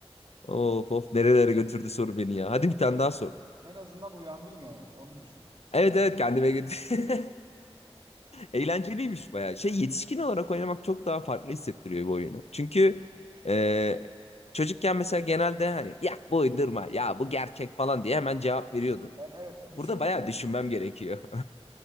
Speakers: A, on the left (about 75°); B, on the right (about 40°).
A: Of of nerelere götürdü soru beni ya. Hadi bir tane
B: En azından
A: daha sor.
B: en azından uyandın yani. Onu düşün.
A: Evet
B: Po-
A: evet kendime götür. <laughs> Eğlenceliymiş bayağı. Şey yetişkin olarak oynamak çok daha farklı hissettiriyor bu oyunu. Çünkü e, çocukken mesela genelde hani ya bu uydurma ya bu gerçek falan diye hemen cevap veriyordu.
B: Yani evet düşünmüyordum
A: Burada bayağı düşünmem
B: çok.
A: gerekiyor.